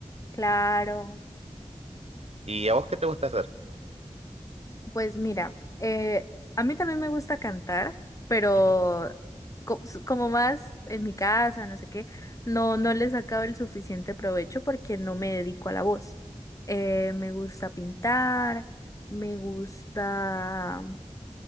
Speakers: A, on the left (about 25°); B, on the right (about 60°).
A: Claro.
B: ¿Y a vos qué te gusta hacer?
A: Pues mira, eh, a mí también me gusta cantar, pero
B: Ujú.
A: co- s- como más en mi casa, no sé qué, no, no le he sacado el suficiente provecho porque no me dedico a la voz. Eh, me gusta pintar, me gusta,